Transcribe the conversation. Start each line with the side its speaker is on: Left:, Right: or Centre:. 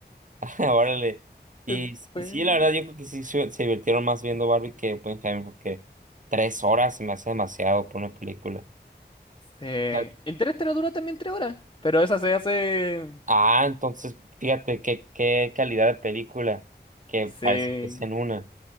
Right: <laughs> Órale. Y,
Left: Eh,
Right: s-
Left: Pues...
Right: y sí, la verdad, yo creo que sí se, se divirtieron más viendo Barbie que Oppenheimer, porque tres horas se me hace demasiado por una película.
Left: Eh,
Right: Ah,
Left: Interestelar dura también tres horas, pero esa se hace...
Right: Ah, entonces, fíjate qué, qué calidad de película, que
Left: Sí.
Right: parece que es en una.